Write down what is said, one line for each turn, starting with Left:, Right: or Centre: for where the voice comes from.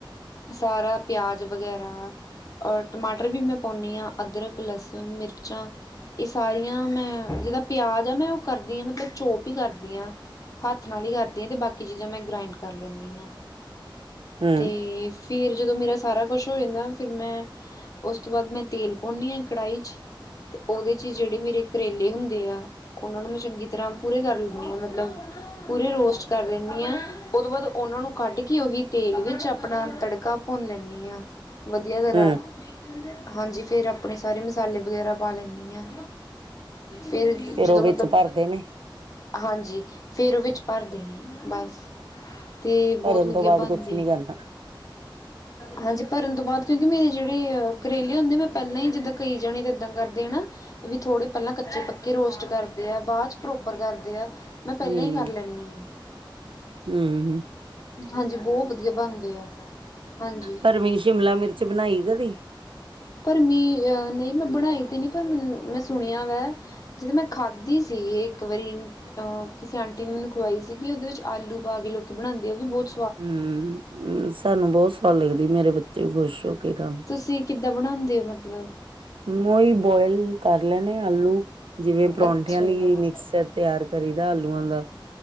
Left: ਸਾਰਾ ਪਿਆਜ ਵਗੈਰਾ ਔਰ ਟਮਾਟਰ ਵੀ ਮੈਂ ਪਾਉਂਦੀ ਹਾਂ ਅਦਰਕ ਲਸਣ ਮਿਰਚਾਂ ਇਹ ਸਾਰੀਆਂ ਮੈਂ ਜਿਹਦਾ ਪਿਆਜ਼ ਆ ਮੈਂ ਉਹ ਕਰਦੀ ਹਾਂ ਮਤਲਬ ਚੋਪ ਹੀ ਕਰਦੀ ਹਾਂ ਹੱਥ ਨਾਲ ਹੀ ਕਰਦੀ ਹ ਤੇ ਬਾਕੀ ਚੀਜ਼ਾਂ ਮੈਂ ਗ੍ਰਾਇੰਡ ਕਰ ਲੈਂਨੀ ਹਾਂ
Right: ਹੂੰ,
Left: ਤੇ ਫਿਰ ਜਦੋਂ ਮੇਰਾ ਸਾਰਾ ਕੁਛ ਹੋ ਜਾਂਦਾ ਫਿਰ ਮੈਂ ਉਸ ਤੋਂ ਬਾਅਦ ਮੈਂ ਤੇਲ ਪਾਉਂਦੀ ਹਾਂ ਕੜਾਹੀ ਚ ਅਤੇ ਉਹਦੇ 'ਚ ਜਿਹੜੇ ਮੇਰੇ ਕਰੇਲੇ ਹੁੰਦੇ ਆ ਹੁਣ ਉਹ ਨੂੰ ਮੈਂ ਚੰਗੀ ਤਰ੍ਹਾਂ ਪੂਰੇ ਕਰ ਲੈਂਦੀ ਹਾਂ ਮਤਲਬ ਪੂਰੇ ਰੋਸਟ ਕਰ ਲੈਂਦੀ ਹਾਂ ਉਹ ਤੋਂ ਬਾਅਦ ਉਹਨਾਂ ਨੂੰ ਕੱਢ ਕੇ ਉਹੀ ਤੇਲ ਵਿੱਚ ਆਪਣਾ ਤੜਕਾ ਭੁੰਨ ਲੈਂਦੀ ਹਾਂ ਵਧੀਆ ਤਰਾਂ,
Right: ਹੂੰ
Left: ਹਾਂਜੀ ਫਿਰ ਆਪਣੇ ਸਾਰੇ ਮਸਾਲੇ ਵਗੈਰਾ ਪਾ ਲੈਂਨੀ ਆਂ। ਫੇਿਰ
Right: ਫੇਰ
Left: ਜਦੋਂ
Right: ਉਹ ਵਿੱਚ
Left: ਮਤਲਬ
Right: ਭਰਦੇ ਨੇ
Left: ਹਾਂਜੀ ਫੇਰ ਉਹ ਵਿੱਚ ਭਰਦੇ ਨੇ ਬਸ ਤੇ ਬਹੁਤ
Right: ਭਰਨ
Left: ਵਧੀਆ
Right: ਤੋਂ ਬਾਅਦ
Left: ਬਣਦੇ
Right: ਕੁਛ ਨੀ ਕਰਨਾ।
Left: ਹਾਂਜੀ ਭਰਨ ਤੋਂ ਬਾਅਦ ਕਿਉਂਕਿ ਮੇਰੇ ਜਿਹੜੇ ਕਰੇਲੇ ਹੁੰਦੇ ਮੈਂ ਪਹਿਲਾਂ ਹੀ ਜਿੱਦਾਂ ਕਈ ਜਾਣੇ ਤੇ ਇਦਾਂ ਕਰਦੇ ਨਾ ਵੀ ਥੋੜ੍ਹੇ ਪਹਿਲਾਂ ਕੱਚੇ ਪੱਕੇ ਰੋਸਟ ਕਰਦੇ ਆ ਬਾਅਦ ਚ ਪ੍ਰੋਪਰ ਕਰਦੇ ਆ ਮੈਂ ਪਹਿਲਾਂ
Right: ਹੂੰ।
Left: ਹੀ ਕਰ ਲੈਂਦੀ ਹਾਂ
Right: ਹੂੰ,
Left: ਹਾਂਜੀ ਬਹੁਤ ਵਧੀਆ ਬਣਦੇ ਆ ਹਾਂਜੀ
Right: ਪਰਵੀਂ ਸ਼ਿਮਲਾ ਮਿਰਚ ਬਣਾਈ ਕਦੀ
Left: ਪਰ ਮੀ ਅਹ ਨਹੀਂ ਮੈਂ ਬਣਾਈ ਤੇ ਨੀ ਪਰ ਮੈਨੂੰ ਮੈਂ ਸੁਣਿਆ ਵਾ ਜਦੋਂ ਮੈਂ ਖਾਧੀ ਸੀ ਏ ਇੱਕ ਵਾਰੀ। ਅਹ ਕਿਸੇ ਆਂਟੀ ਨੇ ਮੈਨੂੰ ਖਵਾਈ ਸੀਗੀ ਉਹਦੇ ਵਿੱਚ ਆਲੂ ਪਾ ਕੇ ਲੋਕ ਬਣਾਉਂਦੇ ਆ ਉਹ ਵੀ ਬੋਤ
Right: ਹੂੰ, ਸਾਨੂੰ ਬੋਤ ਸਵਾਦ ਲੱਗਦੀ, ਮੇਰੇ ਬੱਚੇ ਵੀ ਖ਼ੁਸ਼ ਹੋ ਕੇ ਖਾਂਦੇ।
Left: ਤੁਸੀਂ ਕਿੱਦਾਂ ਬਣਾਂਦੇ ਓ ਮਤਲਬ?
Right: ਮਈ ਬੋਇਲ ਕਰ ਲੈਨੇ ਆ ਆਲੂ। ਜਿਵੇਂ ਪਰੌਂਠਿਆਂ
Left: ਅੱਛਾ
Right: ਲਈ ਮਿਕਸਰ ਤਿਆਰ ਕਰੀ ਦਾ ਆਲੂਆਂ ਦਾ।